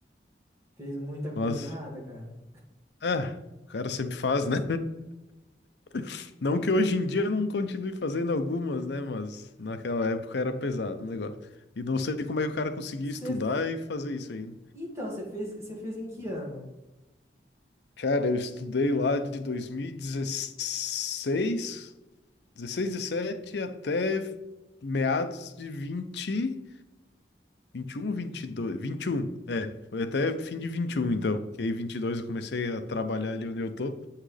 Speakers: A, on the right (about 15°); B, on the left (about 70°).
A: Fez muita coisa
B: Mas,
A: errada, cara.
B: é, o cara sempre faz, né? <laughs> Não que hoje em dia eu não continue fazendo algumas, né? Mas naquela época era pesado o negócio. E não sei como é que o cara conseguia
A: Você...
B: estudar
A: f-
B: e fazer isso aí
A: Então, você fez, você fez em que ano?
B: Cara, eu estudei lá de dois mil e dezesseis 16, 17 até meados de vinte, vinte vinte e e um, vinte e dois, vinte e um. é, foi até fim de 21, então, que aí 22 eu comecei a trabalhar ali onde eu tô.